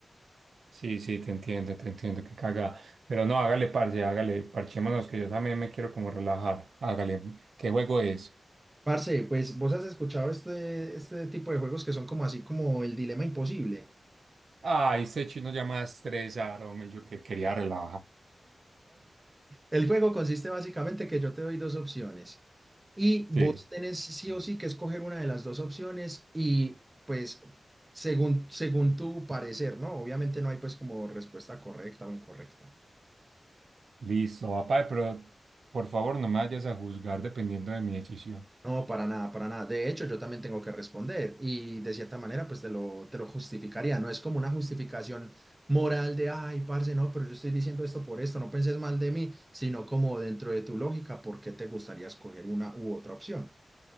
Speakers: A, on the right; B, on the right.
A: Sí, sí, te entiendo, te entiendo, qué caga. Pero no, hágale parce, hágale, parchémonos, que yo también me quiero como relajar. Hágale, ¿qué juego es?
B: Parce, pues vos has escuchado este, este tipo de juegos que son como así como el dilema imposible.
A: Ay, este chino ya me va a estresar, hombre. yo que quería relajar.
B: El juego consiste básicamente que yo te doy dos opciones y vos
A: Sí,
B: tenés sí o sí que escoger una de las dos opciones y pues según, según tu parecer, ¿no? Obviamente no hay pues como respuesta correcta o incorrecta.
A: listo, va, pero por favor no me vayas a juzgar dependiendo de mi decisión.
B: No, para nada, para nada. De hecho, yo también tengo que responder y de cierta manera pues te lo, te lo justificaría. No es como una justificación moral de, ay, parce, no, pero yo estoy diciendo esto por esto, no penses mal de mí, sino como dentro de tu lógica, ¿por qué te gustaría escoger una u otra opción?